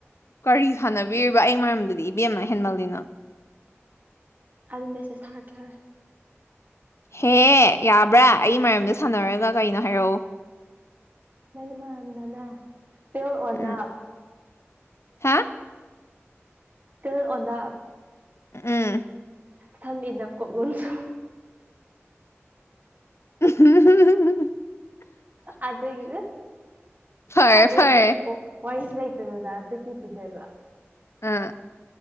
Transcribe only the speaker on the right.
ꯑꯗꯨꯝ ꯃꯦꯁꯦꯁ ꯁꯥꯔꯛꯀꯦꯧꯔꯦ
ꯅꯒꯤ ꯃꯥꯝꯗꯅꯦ ꯇꯦꯦꯜꯋꯥꯅꯥ
ꯇ ꯑꯣꯅ
ꯊꯝ ꯏꯗ ꯀꯣꯒꯟꯁꯨꯨꯝ
ꯑꯗ ꯏ
ꯑꯗ
ꯏꯗꯣꯏꯁ ꯆꯗꯗ ꯑꯗꯨ ꯀ ꯏ ꯑꯗꯨꯗꯦꯕ